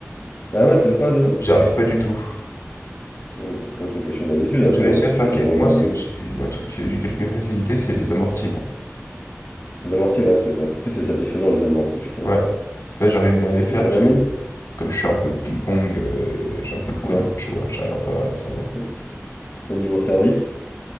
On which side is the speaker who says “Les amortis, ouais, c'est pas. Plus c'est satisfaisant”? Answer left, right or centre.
Left